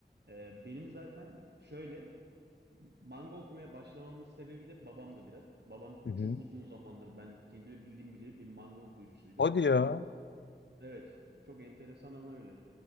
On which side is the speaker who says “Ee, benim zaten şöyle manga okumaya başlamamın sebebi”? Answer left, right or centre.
Right